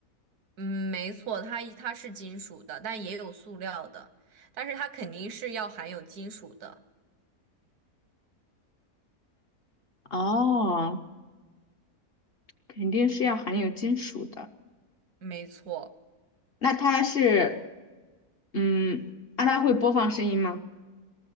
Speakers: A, on the right; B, on the left.
A: 嗯，没错，它它是金属的，但也有塑料的，但是它肯定是要含有金属的。
B: 哦，肯定是要含有金属的。
A: 没错，
B: 那它是，嗯，那它会播放声音吗？